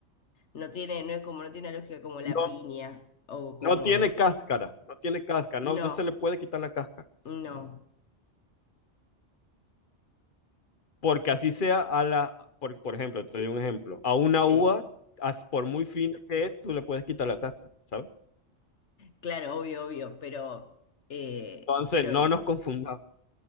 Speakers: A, on the left; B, on the left.
A: No tiene, no es como, no tiene una lógica como la
B: No,
A: piña o como.
B: no tiene cáscara, no tiene cáscara, no,
A: No,
B: no se le puede quitar la cáscara.
A: no.
B: Porque así sea a la, por, por ejemplo, te doy un ejemplo, a una
A: Sí.
B: uva, as- por muy fina que es, tú le puedes quitar la cáscara, ¿sabes?
A: Claro, obvio, obvio, pero, eh,
B: Entonces,
A: pero
B: no
A: n-
B: nos confundamos.